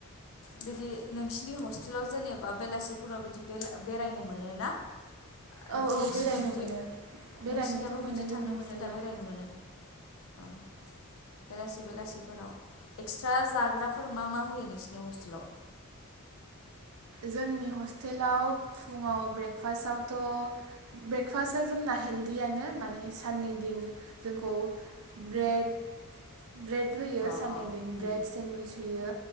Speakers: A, on the left; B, on the right.
A: बिदि नोंसिनि हस्टेलाव जेनेबा बेलासेफोराव बिदि बेला-बेरायनो मोनोना?
B: औ
A: नोंसो-नोंसिना
B: औ बेरायनो
A: बिदि
B: मोनो बेरायनोथ'
A: नोंसिनियाबो
B: मोनो
A: बिदि
B: जोंनि
A: थांनो
B: हस्टेलाव
A: मोनो दा बेरायनो मोनो? ओ बेलासि बेलासिफोराव एक्सट्रा जाग्राफोर मा मा होयो नोंसि नियाव हस्टेलाव?
B: जोंनि हस्टेलाव फुङाव ब्रेकफासआवथ' ब्रेकफास्टआ जोंना हेल्दियानो माने साननै दिन जोंखौ ब्रेड ब्रेड होयो
A: अ
B: साननै
A: अ
B: दिन
A: उम
B: ब्रेड सेन्डविस होयो